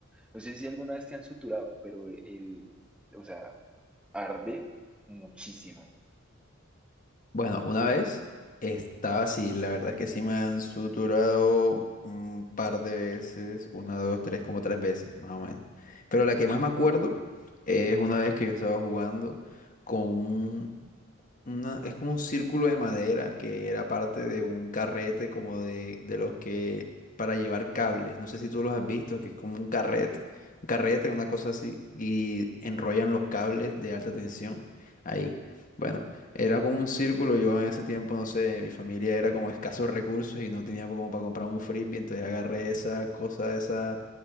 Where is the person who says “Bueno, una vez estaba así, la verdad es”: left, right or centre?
Left